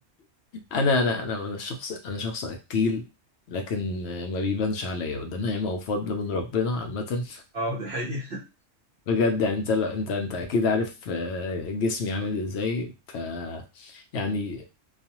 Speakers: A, on the left; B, on the right.
A: انا انا انا انا شخص انا شخص اكيل لكن آه، ما بيبانش عليا وده نعمه وفضل من ربنا عامه
B: اه دي حقيقه
A: بجد يعني انت انت انت اكيد عارف آه، جسمي عامل ازاي ف يعني